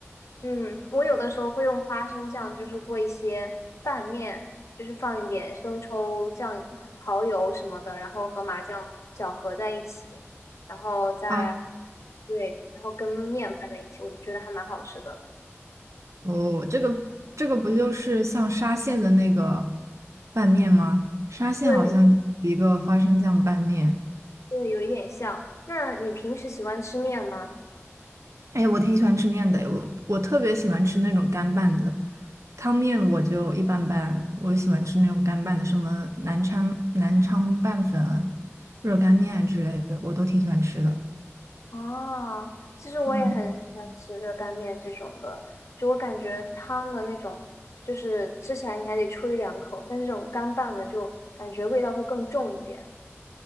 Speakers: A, on the left (about 75°); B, on the right (about 80°).
A: 嗯，我有的时候会用花生酱，就是做一些拌面，就是放一点生抽、酱、蚝油什么的，然后和麻酱搅和在一起，然后再，
B: 啊！
A: 对，然后跟面拌在一起，我就觉得还蛮好吃的。
B: 哦，这个这个不就是像沙县的那个拌面吗？沙县好像有一个花生酱拌面，
A: 对，对，有一点像。那你平时喜欢吃面吗？
B: 哎，我挺喜欢吃面的，我我特别喜欢吃那种干拌的，汤面我就一般般，我喜欢吃那种干拌的，什么南昌南昌拌粉啊热干面之类的，我都挺喜欢吃的。
A: 哦，其实我也很喜欢吃热干面这种的，
B: 嗯。
A: 就我感觉汤的那种，就是吃起来你还得吹两口，但是这种干拌的就感觉味道会更重一点。